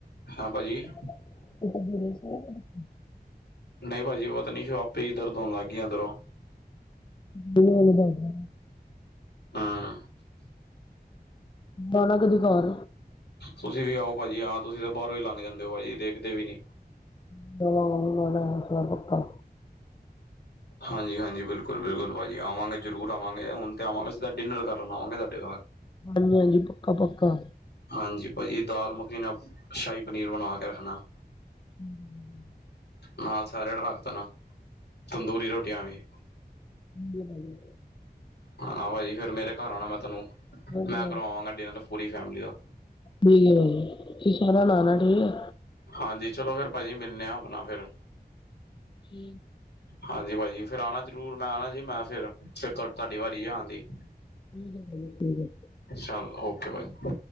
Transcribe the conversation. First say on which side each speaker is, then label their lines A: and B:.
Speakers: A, on the left (about 85°); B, on the left (about 30°).
A: ਹਾਂ ਭਾਅ ਜੀ।
B: <inaudible>
A: ਨਈ ਭਾਜੀ ਉਹ ਪਤਾ ਨੀ ਕਿਉ ਆਪੇ ਈ ਦਰਦ ਹੋਣ ਲੱਗ ਗੀ ਅੰਦਰੋ।
B: <inaudible> ਤੂੰ ੳਹਨੂੰ ਕੈਹ।
A: ਹਾਂ।
B: ਆਨਾ ਕਦੋਂ ਘਾਰ
A: ਤੁਸੀਂ ਵੀ ਆਓ ਭਾਜੀ ਹਾਂ ਤੁਸੀਂ ਤਾਂ ਬਾਹਰੋਂ ਈ ਲੰਘ ਜਾਂਦੇ ਓ ਭਾਜੀ ਦੇਖਦੇ ਵੀ ਨੀ।
B: <unintelligible> ਜਦੋਂ ਆਉਣ ਵਾਲਾ ਪੱਕਾ
A: ਹਾਂਜੀ-ਹਾਂਜੀ ਬਿਲਕੁਲ-ਬਿਲਕੁਲ ਭਾਅਜੀ ਆਵਾਂਗੇ ਜ਼ਰੂਰ ਆਵਾਂਗੇ ਹੁਣ ਤੇ ਆਵਾਂਗੇ ਸਿੱਧਾ ਡਿਨਰ ਕਰਨ ਆਵਾਂਗੇ ਤਾਹਡੇ ਘਰ।
B: ਹਾਂਜੀ ਹਾਂਜੀ ਪੱਕਾ ਪੱਕਾ।
A: ਹਾਂਜੀ ਭਾਜੀ ਦਾਲ ਮੱਖਣੀ ਨਾਲ ਸ਼ਾਹੀ ਪਨੀਰ ਬਣਾ ਕੇ ਰੱਖਣਾ।
B: ਹਮ। <unintelligible>
A: ਨਾਲ ਸੈਲਡ ਰੱਖ ਦੇਣਾ ਤੰਦੂਰੀ ਰੋਟੀਆਂ ਵੀ।
B: ਹਜੀਜੀ।
A: ਹਾ ਭਾਜੀ ਫਿਰ ਮੇਰੇ ਘਰ ਆਉਣਾ, ਮੈਂ ਤੈਨੂੰ
B: ਹਾਂਜੀ
A: ਮੈਂ ਕਰਵਾਵਾਂਗਾ ਡਿਨਰ ਪੂਰੀ ਫੈਮਲੀ ਦਾ।
B: ਵੀ ਤੁਸੀ ਸਾਰਿਆ ਨੇ ਆਣਾ ਠੀਕ ਆ।
A: ਹਾਂਜੀ ਚਲੋ ਫਿਰ ਭਾਜੀ ਮਿਲਣੇ ਆ ਆਪਣਾ ਫੇਿਰ।
B: ਕੀ।
A: ਹਾਂਜੀ ਭਾਅਜੀ ਫਿਰ ਆਉਣਾ ਜ਼ਰੂਰ, ਮੈਂ ਆਉਣਾ ਜੀ ਮੈਂ ਫਿਰ। ਫਿਰ ਤੁ ਤੁਹਾਡੀ ਵਾਰੀ ਆਨ ਦੀ
B: ਠੀਕ ਹੈ ਭਾਜੀ ਠੀਕ ਹੈ
A: ਚੱਲ ਓਕੇ ਭਾ।